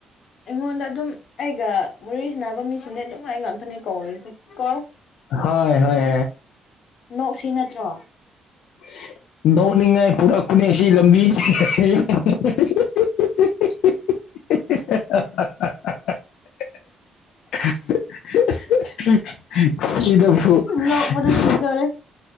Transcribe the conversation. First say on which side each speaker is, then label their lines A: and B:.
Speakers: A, on the left; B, on the left.
A: ꯑꯩꯉꯣꯟꯗ ꯑꯗꯨꯝ ꯑꯩꯒ ꯋꯥꯔꯤꯁꯥꯟꯅꯕ ꯃꯤꯡꯁꯤꯡꯅ ꯑꯗꯨꯃꯥꯏ ꯉꯥꯛꯇꯅꯤ ꯀꯧꯔꯤꯁꯦ ꯀꯧꯔꯛꯑꯣ
B: ꯍꯣꯏ ꯍꯣꯏ
A: ꯅꯣꯛꯁꯤꯅꯠꯇ꯭ꯔꯣ
B: ꯅꯣꯛꯅꯤꯡꯉꯦ UNINTELLIGIBLE INAUDIBLE INAUDIBLE
A: ꯅꯣꯛꯄꯗ ꯁꯤꯗꯧꯔꯦ